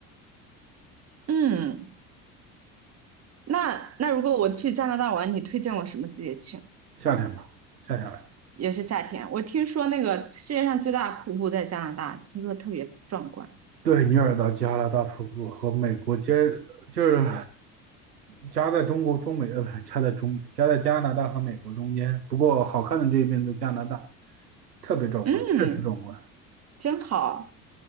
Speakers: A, on the right; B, on the right.
A: 嗯，那那如果我去加拿大玩，你推荐我什么季节去？
B: 夏天吧，夏天来。
A: 也是夏天。我听说那个世界上最大的瀑布在加拿大，听说特别壮观。
B: 对，尼尔达加拉大瀑布和美国接就是夹在中国中美呃不是夹在中美夹在加拿大和美国中间，不过好看的这一面在加拿大，特别壮观，
A: 嗯，
B: 确实壮观。
A: 真好，